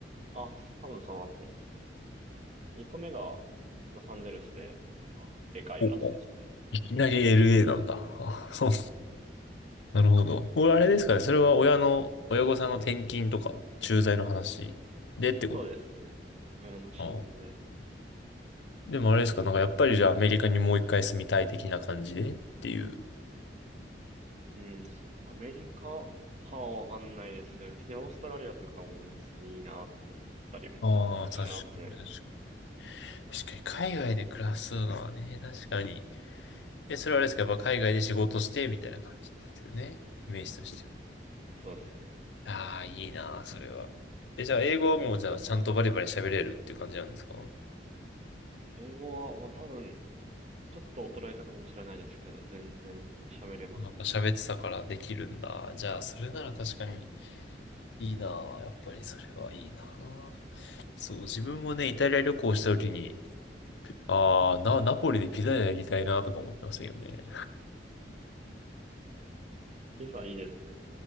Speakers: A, on the right; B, on the left.
A: あ、多分その後ですね。二個目がロサンゼルスで、まあ、でかい街ですね。
B: おおいきなり LA なんだ。あ、そう。なるほど。俺、あれですかね。それは親の、親御さんの転勤とか、駐在の話でってこと。
A: そうですね。親の仕事で
B: ああ。でもあれですか。なんかやっぱりじゃあアメリカにもう一回住みたい的な感じでっていう。
A: うん、アメリカかはわかんないですけど、別にオーストラリアとかも別にいいなとか思ったりもしますね。
B: ああ、確かに、確かに。確かに、海外で暮らすのはね、確かに。え、それはあれですか。やっぱ海外で仕事して、みたいな感じですよね。イメージとしては。
A: そうですね。
B: ああ、いいなあ、それは。え、じゃあ英語はもうじゃあちゃんとバリバリ喋れるっていう感じなんですか
A: 英語は、まあ、多分、ちょっと衰えたかもしれないですけど、全然喋れますね。
B: やっぱ喋ってたからできるんだ。じゃあ、それなら確かに。いいなぁ。やっぱりそれはいいなぁ。そう、自分もね、イタリア旅行した時に、ああ、な、ナポリでピザやりたいなとか思ってましたよね。
A: ピザいいですね。